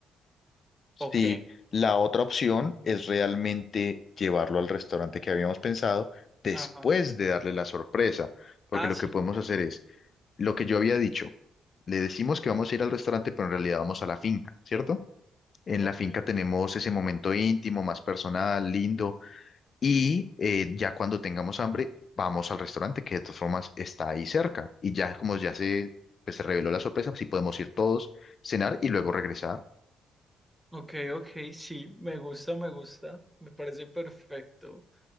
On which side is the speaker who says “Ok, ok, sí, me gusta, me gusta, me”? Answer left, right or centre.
Centre